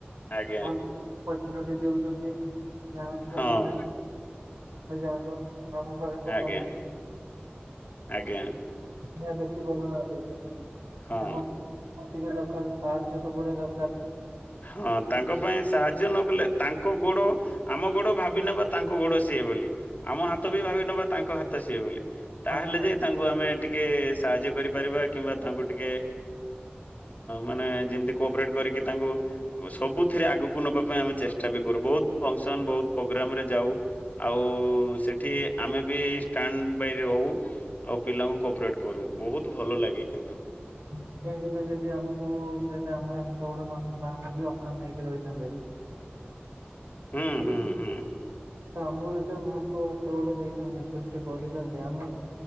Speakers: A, on the left; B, on the right.
A: ଆଜ୍ଞା।
B: ଭଲ <unintelligible> ଦଉଛନ୍ତି ଯାହା ଛୁଆ
A: ହଁ
B: ମାନେ ଯାଆନ୍ତୁ। ଆମ ପାଖରେ ତ
A: ଆଜ୍ଞା
B: ସବୁ କି
A: ଆଜ୍ଞା।
B: ଛୁଆ ଦେଖି ପାରୁନାହାନ୍ତି।
A: ହଁ।
B: ତାଙ୍କୁ ଟିକେ ଦରକାର ସାହାଯ୍ୟ ସବୁବେଳେ ଦରକାର।
A: ହଁ ତାଙ୍କ ପାଇଁ ସାହାଯ୍ୟ ନ କଲେ ତାଙ୍କ ଗୋଡ ଆମ ଗୋଡ ଭାବିିନବ ତାଙ୍କ ଗୋଡ ସେ ସେ ବୋଲି ଆମ ହାତ ବି ଭାବି ନବା ତାଙ୍କ ହାତ ସିଏ ବୋଲି
B: ହଁ,
A: ତାହେଲେ ଯାଇ ତାଙ୍କୁ ଆମେ ଟିକେ ସାହାଯ୍ୟ କରିପାରିବା କିମ୍ବା ତାଙ୍କୁ ଟିକେ ମାନେ ଯେମିତି କୋପରେଟ୍ କ ଟି କରିକି ତାଙ୍କୁ ସବୁଥିରେ ଆଗକୁ ନବା ପାଇଁ ଆମେ ଚେଷ୍ଟା ବି କରୁ ବହୁତ ଫଙ୍କସନ ବହୁତ ପ୍ରୋଗ୍ରାମ ରେ ଯାଉ। ଆଉ ସେଠି ଆମେ ବି ଷ୍ଟାଣ୍ଡ ବାଏରେ ରହୁ। ଆଉ ପିଲାଙ୍କୁ କୋପରେଟ କରୁ ବହୁତ ଭଲ ଲାଗେ କିନ୍ତୁ।
B: ହୁଁ କାହିଁକି ନା ଯଦି ଆମକୁ ଯଦି ଆମର ହାତ ଗୋଡ ନଥାନ୍ତା ଆମକୁ ବି ଅକାମ ହେଇକି ରହିଥାନ୍ତେ। <inaudible>
A: ହୁଁ
B: <unintelligible>
A: ହୁଁ ହୁଁ
B: ତ ଆମକୁ ଯେତେବେଳେ ମହାପ୍ରଭୁ ହାତ ଗୋଡ ଦେଇଛନ୍ତି, ସୃଷ୍ଟି କରିଛନ୍ତି ଆମେ